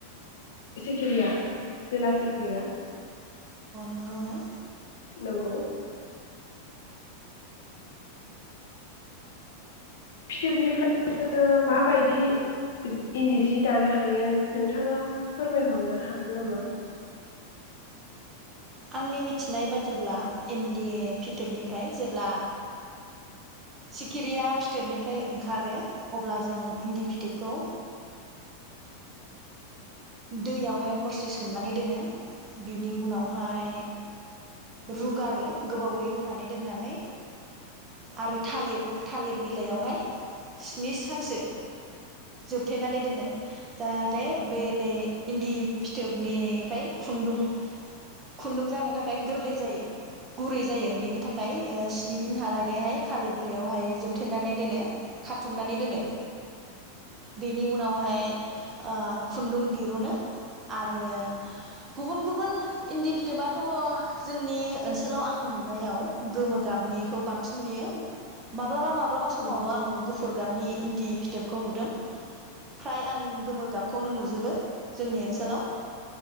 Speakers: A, on the left; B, on the right.
A: सिखिरिया बेेला सिखिरिया
B: नंगौ ना
A: नंगौ फिथोबनिफ्राय जोङो माबायदि इन्दि सि दानो हायो नोंथाङा फोरमायहरनो हागोन नामा
B: आंनि मिथिनाय बादिब्ला इन्दि फिथोबनिफ्राय जेब्ला सिखिरिया फिथोबनिफ्राय ओंखारो अब्ला जों इन्दि फिथोबखौ दैयावहाय हरसे सोमनानै दोनो बिनि उनावहाय
A: औ
B: रुगारो गोबावै रुनानै दोननानै आरो थालिर थालिर बिलाइयावहाय स्नि सानसे जोबथेनानै दोनो जाहाथे बे इन्दि फिथोबनिफ्राय खुन्दुं खुन्दुं जानो थाखाय गोरलै जायो गुरै जायो
A: औ
B: बेनि थाखाय ओ दिनहालागैहाय थालिर बिलाइयावहाय जोबथेनानै दोनो खाथुमनानै दोनो
A: औ
B: बेनि उनावहाय आ खुन्दुं दिरुनो आरो गुबुन गुबुन इन्दि फिथोबाथ' जोंनि ओनसोलाव आं नुनायाव गोमो गाबनिखौ बांसिन नुयो माब्लाबा माब्ला माब्लाबा समावल'
A: औ
B: आङो गुफुर गाबनि इन्दि फिथोबखौ नुदों फ्राय आं गोमो गाब खौनो नुजोबो जोंनि ओनसोलाव